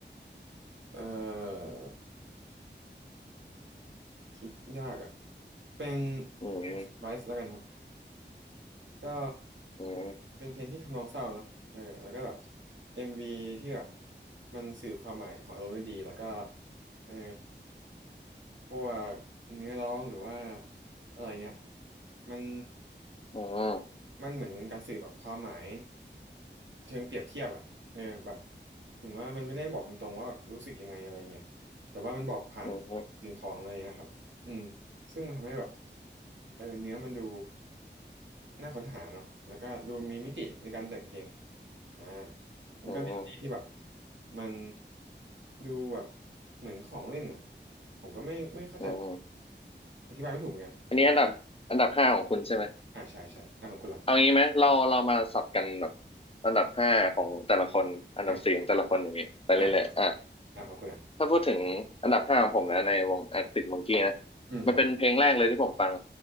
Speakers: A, on the right (about 85°); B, on the left (about 30°).
A: เอ่อคิดยากอ่ะเป็น
B: อืม
A: Rise แล้วกันครับก็
B: อืม
A: เป็นเพลงที่ทำนองเศร้าเนาะเออแล้วก็แบบ MV ที่แบบมันสื่อความหมายของอารมณ์ได้ดีแล้วก็เออ พวกเนื้อร้องหรือว่าอะไรเงี้ยมัน
B: อืม
A: มันเหมือนเป็นการสื่อแบบความหมายเชิงเปรียบเทียบอ่ะเออแบบเหมือนว่ามันไม่ได้บอกตรงๆว่าแบบรู้สึกยังไงอะไรเงี้ยแต่ว่ามันบอกผ่าน
B: อืมอืม
A: สิ่งของอะไรเงี้ยครับอืมซึ่งมันทำให้แบบเออเนื้อมันดูน่าค้นหาเนาะแล้วก็ดูมีมิติในการแต่งเพลงอ่ามันก็เมโลดี้ที่แบบ
B: อืม
A: มันดูแบบเหมือนของเล่นอ่ะผมก็ไม่ไม่เข้าใจ
B: อืม
A: อธิบายไม่ถูกเหมือนกัน
B: อันนี้อันดับอันดับห้าของคุณใช่ไหม
A: อ่าใช่ใช่อ่าของคุณล่ะ
B: เอางี้ไหมเราเรามาสับกันแบบอันดับห้าของแต่ละคนอันดับสี่ของแต่ละคนอย่างงี้ไปเรื่อยๆอ่ะ
A: อ่าอ่าอ่าของคุณอ่ะ
B: ถ้าพูดถึงอันดับห้าของผมนะในวง Arctic Monkey นะ
A: อืมครับ
B: มันเป็นเพลงแรกเลยที่ผมฟัง